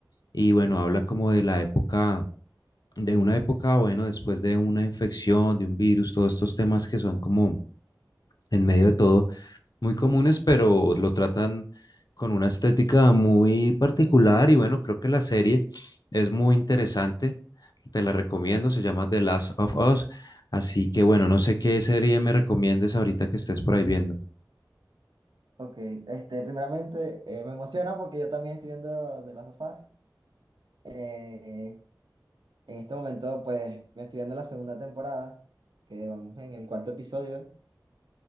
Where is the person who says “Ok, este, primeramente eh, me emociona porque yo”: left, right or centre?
Right